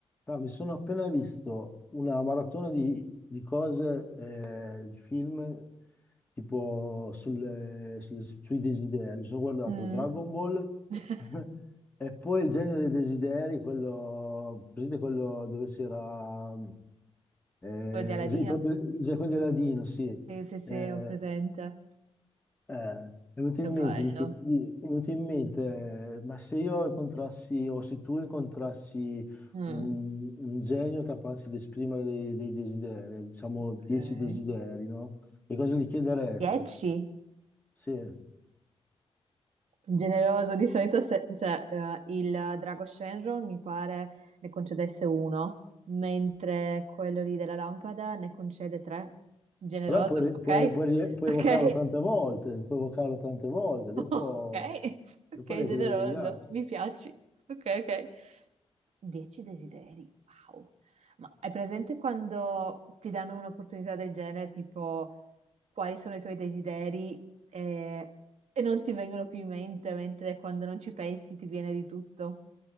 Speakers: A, on the left; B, on the right.
A: No, mi sono appena visto una maratona di, di cose, eh, di film, tipo sul- eh, su- sui desideri. Mi sono guardato
B: Mm.
A: Dragon Ball
B: <laughs>
A: <laughs> e poi Il genio dei desideri, quello, presente quello dove c'era, eh,
B: Quello di Aladina?
A: il gen- proprio, il gen- quello di Aladino, sì.
B: Sì, sì,
A: Eh,
B: sì, ho presente.
A: eh, è venuto in
B: Che bello.
A: mente, di chi- di- è venuto in mente, eh, ma se io incontrassi o se tu incontrassi
B: Mm.
A: un, un genio capace di esprimere dei, dei desideri, diciamo
B: Ok.
A: dieci desideri, no? Che cosa gli chiederesti?
B: 10?
A: Sì,
B: Generoso, di solito se- cioè, eh, il drago Shenron mi pare ne concedesse uno, mentre quello lì della lampada ne concede tre. Generoso,
A: però puoi, re-
B: ok?
A: puoi- puoi rile- puoi
B: Ok,
A: evocarlo tante volte, puoi evocarlo tante volte,
B: <laughs>
A: dopo,
B: ok,
A: dopo
B: ok,
A: ne
B: generoso,
A: chiedi degli altri.
B: mi piaci. Ok, ok. Dieci desideri, wow. Ma hai presente quando ti danno un'opportunità del genere, tipo quali sono i tuoi desideri e, e non ti vengono più in mente, mentre quando non ci pensi ti viene di tutto?